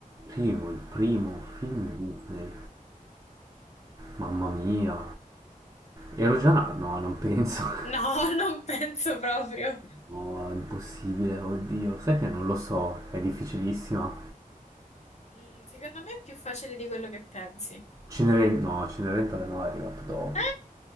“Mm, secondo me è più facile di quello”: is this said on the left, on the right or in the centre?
Left